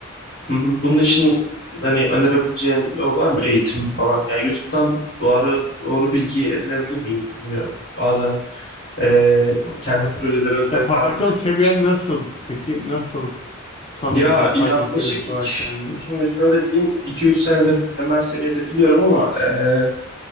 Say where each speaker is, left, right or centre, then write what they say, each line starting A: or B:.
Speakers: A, on the left; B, on the left.
A: hı hı, bunun için hani önerebileceğin yol var mı? Eğitim falan. Yani YouTube'dan doğru doğru bilgi edinebilir miyim bilmiyorum. Bazen eee, kendi projeleri özelinde
B: ya Python
A: anlattıkları
B: seviyen
A: için.
B: nasıl peki? Nasıl tanımlıyorsun
A: Ya
B: Python
A: yaklaşık
B: seviyesi
A: iki,
B: olarak kendini?
A: şimdi şöyle diyeyim iki üç senedir temel seviyede biliyorum ama eee,